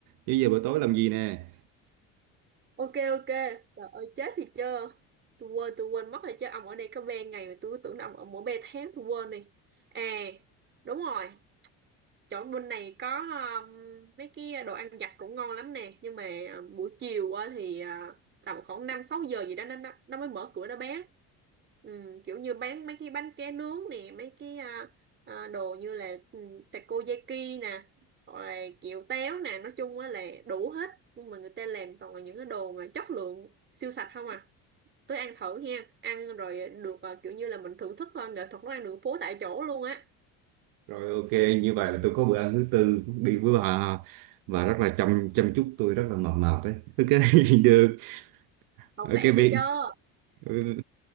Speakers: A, on the right; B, on the right.
A: bây giờ buổi tối làm gì nè
B: ok ok trời ơi chết thì chưa tôi quên tôi quên mất rồi chứ ông ở đây có ba ngày mà tôi cứ tưởng là ông ở mỗi ba tháng tôi quên đi à đúng rồi chỗ bên này có um, mấy cái đồ ăn vặt cũng ngon lắm nè nhưng mà à, buổi chiều á thì à, tầm khoảng năm sáu giờ gì đó nó nó nó mới mở cửa nó bán ừ, kiểu như bán mấy cái bánh ké nướng nè mấy cái à, à, đồ như là ừ, takoyaki nè hoặc là kiểu téo nè nói chung á là đủ hết nhưng mà người ta làm toàn là những cái đồ mà chất lượng siêu sạch không à tới ăn thử nha ăn rồi được à, kiểu như là mình thưởng thức à, nghệ thuật nấu ăn đường phố tại chỗ luôn á
A: Rồi ok, như vậy là tôi có bữa ăn thứ tư đi với bà và rất là chăm chăm chút tôi rất là mập mạp đấy. Ok, <laughs> được.
B: hậu
A: Ok
B: tệ tôi
A: việc
B: chưa
A: ừ,